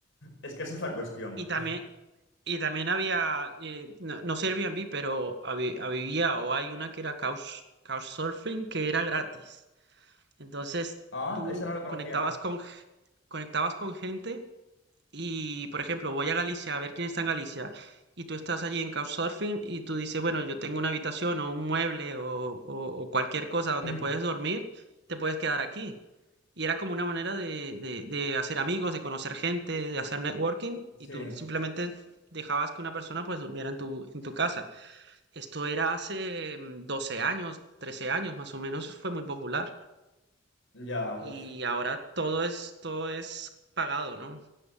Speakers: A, on the left; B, on the right.
A: Es que esa es la cuestión.
B: y también,
A: <laughs>
B: y también había, eh, no, no sé Airbnb, pero habi- había o hay una que era couch, Couchsurfing que era gratis. Entonces
A: Ah,
B: tú
A: esa no lo conocía.
B: conectabas con, g- conectabas con gente y, por ejemplo, voy a Galicia a ver quién está en Galicia y tú estás allí en Couchsurfing y tú dices, bueno, yo tengo una habitación o un mueble o, o- o cualquier cosa donde
A: Mm,
B: puedes dormir, te puedes quedar aquí. Y era como una manera de, de- de hacer amigos, de conocer gente, de hacer networking
A: sí,
B: y tú simplemente dejabas que una persona pues durmiera en tu, en tu casa. Esto era hace mm, 12 años, 13 años más o menos, fue muy popular.
A: ya, uff.
B: Y ahora todo es, todo es pagado, ¿no?